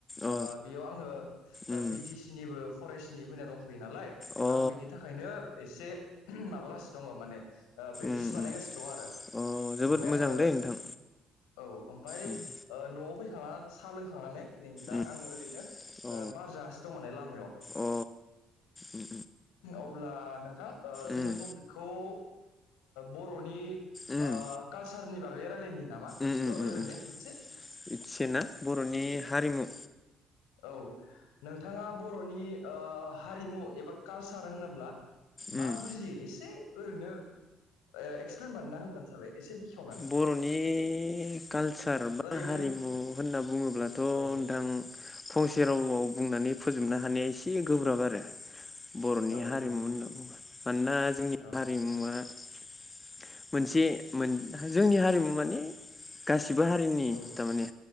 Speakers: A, on the left; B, on the left.
A: अ
B: ओ बेयाव आङो
A: उम
B: बि टि सि निबो फरेस्नि फैना दं। बि नालाय
A: अ
B: आं बिनि थाखायनो एसे माबागासिनो दङ माने ओ प्रेक्टिस
A: उम
B: बानायगासिनो
A: उम
B: दं आरो
A: अ जोबोद
B: ओमफ्राय आङो
A: मोजां दै नोंथां
B: औ ओमफाय।
A: उम
B: ओ न'आव फैखांना साहा लोंखांनानै नै दा
A: उम
B: आङो ओरैनो
A: अ
B: ओ बार जागासिनो दं माने लामायाव।
A: अ उम
B: अब्ला नोंथां ओ जोङो
A: उम
B: टपिकखौ ओ बर'नि
A: उम
B: ओ कालसारनि बागै रायलायनि नामा।
A: उम
B: द
A: उम
B: ओरैनो
A: उम
B: इसे।
A: इसे ना बर'नि हारिमु।
B: औ नोंथाङा बर'नि ओ हारिमु एबा कालसार होनोब्ला। मा
A: उम
B: बुजियो एसे ओरैनो ओ एक्सप्लेन बानायना होबानो जाबाय एसे। बेखेवनानै
A: बर'नि कालचार बा
B: ओरैनो
A: हारिमु होनना बुङोब्लाथ' नोंथां।
B: औ
A: फंसे रावआव बुंनानै फोजोबनो हानाया एसे गोब्राब आरो। बर'नि
B: औ
A: हारिमु
B: नोंथां
A: होनना बुङो मानोना जोंनि
B: औ
A: हारिमुवा। मोनसे मोन जोंनि हारिमु माने गासिबो। बो हारिनि
B: औ
A: थारमाने